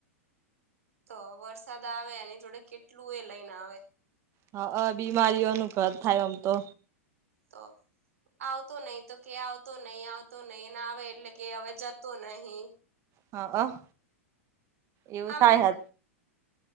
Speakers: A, on the right (about 75°); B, on the right (about 40°).
A: તો વરસાદ આવે એની જોડે કેટલું એ લઈને આવે
B: હા બીમારીઓનું ઘર થાય આમ તો
A: તો આવતો નહી તો કે આવતો નહી આવતો નહી આવે એટલે કે હવે જતો નહી.
B: હ હ હા એવું
A: આમે
B: થાય હે